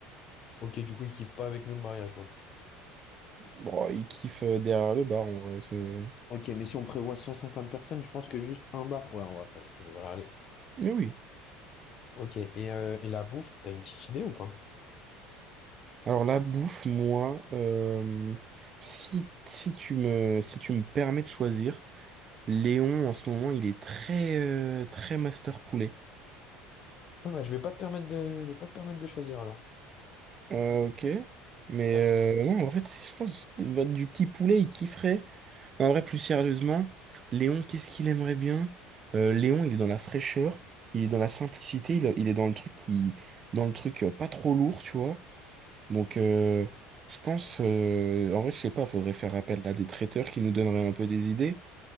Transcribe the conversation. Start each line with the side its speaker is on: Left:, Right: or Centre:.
Left: Ok, du coup, il kiffe pas avec nous le mariage, quoi.
Right: Bon, il kiffe euh, derrière le bar, en vrai, c'est...
Left: Ok, mais si on prévoit 150 personnes, je pense que juste un bar. Ouais, en vrai, ça, ça devrait aller.
Right: Mais oui.
Left: Ok, et, euh, et la bouffe, t'as une petite idée ou pas?
Right: Alors la bouffe, moi, euh, si, si tu me, si tu me permets de choisir, Léon, en ce moment, il est très, euh, très master poulet.
Left: Ouais, bah, je vais pas te permettre de, je vais pas te permettre de choisir alors.
Right: Euh, ok. Mais
Left: Ouais.
Right: euh, non, en vrai, tu sais, je pense va- du petit poulet, il kifferait. Non, en vrai, plus sérieusement, Léon, qu'est-ce qu'il aimerait bien? Euh, Léon, il est dans la fraîcheur, il est dans la simplicité, il, il est dans le truc qui, dans le truc euh, pas trop lourd, tu vois. Donc, euh, je pense, euh, en vrai, je sais pas, faudrait faire appel à des traiteurs qui nous donneraient un peu des idées,